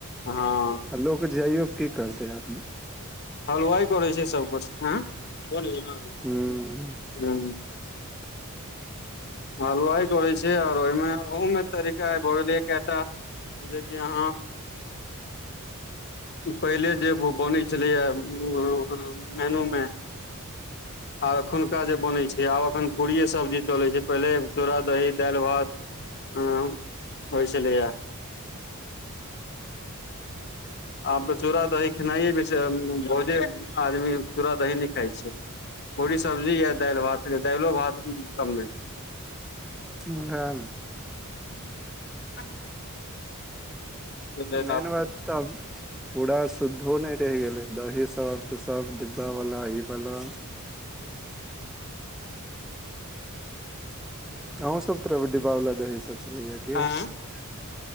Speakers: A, on the left; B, in the centre.
A: अहां
B: आ लोक जाइयो की करतै आदमी।
A: हलवाइ करै छै सबकुछ। आँ <unintelligible> हूं-हूं
B: हूँ
A: हलवाइ करै छै आर ओहिमे ओहुमें तरीका आइ भऽ गेलैया केयटा। जेकि अहाँ पहिले जे ब-बनै छलैए म-म-अं-मेनू मे। आब एखुनका जे बनै छै। आब एखन पूड़ियए सब्जी चलै छै। पहिले चूड़ा-दही, दालि-भात अं होय छेलैया। आब तऽ चूड़ा-दही खेनाइए बे भोजे आदमी चूड़ा दही नहि खाइ छै। <unintelligible> पूरी सब्जी या दालि भातके दाइलो भात कम नहि। <unintelligible>
B: ओहेना। <unintelligible>
A: हूँ। <unintelligible> लेल
B: मेन
A: आब
B: बात तऽ अब पूरा शुद्धो नहि रहि गेलै। <unintelligible> दही सब तऽ सब डिब्बावला ई बला। <unintelligible> अहूँ सब तरफ इ डिब्बाव वला दही सभ चलैया कि।
A: आँ
B: <unintelligible>